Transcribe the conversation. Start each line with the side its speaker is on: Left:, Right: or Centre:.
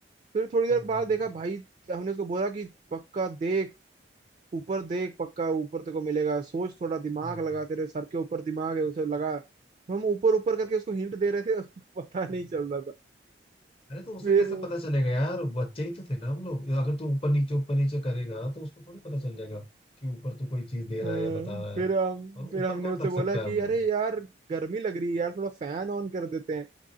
Right: फिर थोड़ी देर
Left: हाँ
Right: बाद देखा भाई हमने उसको बोला कि पक्का देख ऊपर देख पक्का ऊपर तेरे को मिलेगा सोच थोड़ा दिमाग
Left: हाँ, हाँ।
Right: लगा तेरे सर के ऊपर दिमाग है उसे लगा तो हम ऊपर ऊपर करके उसको हिंट दे रहे थे <laughs> पता
Left: हम्म।
Right: नहीं चल रहा था
Left: अरे तो उसे
Right: फिर
Left: कैसे पता चलेगा यार बच्चे ही तो थे ना हम लोग अगर तू ऊपर नीचे ऊपर नीचे करेगा तो उसको थोड़ी पता चल जाएगा कि ऊपर तू कोई चीज दे रहा
Right: हाँ,
Left: है या बता रहा
Right: फिर
Left: है
Right: हम
Left: और ऊपर
Right: फिर हमने
Left: कौन
Right: उसे
Left: रख
Right: बोला
Left: सकता
Right: कि
Left: है वो
Right: अरे यार गर्मी लग रही है यार थोड़ा फैन ऑन कर देते हैं